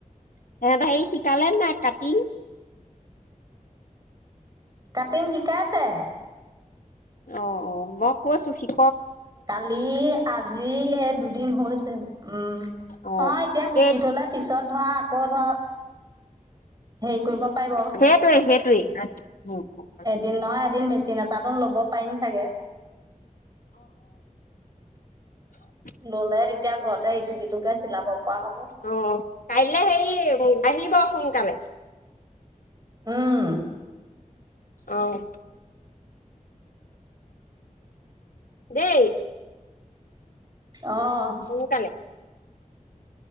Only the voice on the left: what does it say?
সিহঁতে হেই শিকালে নাই কাটিং?
অ অ মই কৈছো শিক
অ
সেই
সেইটোৱে সেইটোৱেই।
উম <inaudible>
অ কাইলৈ হেৰি আহিব সোনকালে।
আহ দেই।
সোনকালে